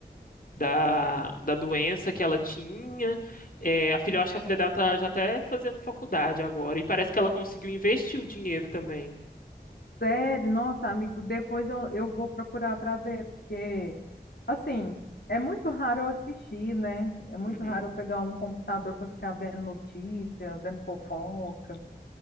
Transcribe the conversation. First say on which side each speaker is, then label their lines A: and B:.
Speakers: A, on the left (about 55°); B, on the left (about 70°).
A: da, da doença que ela tinha. É, a filha, eu acho que a filha dela tá já até fazendo faculdade agora. E parece que ela conseguiu investir o dinheiro também.
B: Sério, nossa, amigo, depois eu, eu vou procurar para ver, porque, assim, é muito raro eu assistir, né? É muito
A: Uhum.
B: raro eu pegar um computador para ficar vendo notícia, vendo fofoca.